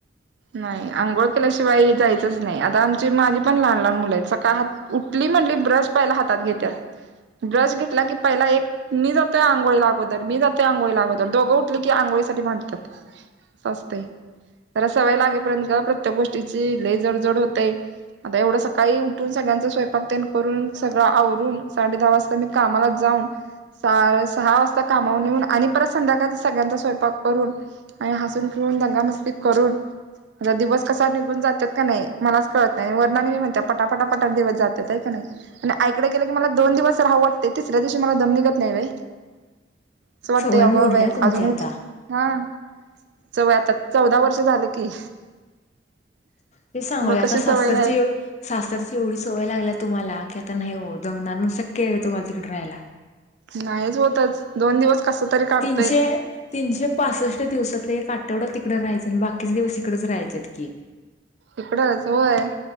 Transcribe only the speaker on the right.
नाही आंघोळ केल्याशिवाय जायचच नाही आता आमची माझी पण लहान लहान मुलं आहेत सकाळ हात उठल की म्हटली ब्रश पाहियला हातात घेत्यात ब्रश घेतला की पहिला एक मी जातोय आंघोळी अगोदर मी जातोय आंघोळी अगोदर दोघं उठली की आंघोळी अंघोळीसाठी भांडत्यात अस असतंय जर - सवय लागेपर्यंत ग प्रत्येक गोष्टीची लई जडजड होतय आता एवढं सकाळी उठून सगळ्यांच स्वयपाक पाक तेन करून सगळं आवरून साडे दहा वाजता मी कामाला जाऊन - साडे सहा वाजता कामावरून येऊन आणि परत संध्याकाळ सगळ्यांचा स्वयंपाक करून आणि हसून खिळुन दंगा मस्ती करून आता दिवस कसा निघून जातात का नाही मलाच कळत नाही वर्णने मी म्हणत पटापटा पटा दिवस जातात का नाही आणि आईकडे गेलं की मला दोन दिवस राहू वाटतय तिसऱ्या दिवशी मला दम निघत नाही बई
अस वाटतंय
अग
ब य
अजून
उठल हा चवय आता चौदा वर्ष झालं की
मग
कशी
सवय राहील
नाहीच होतच दोन दिवस कस तरी काढतय
इकड च वय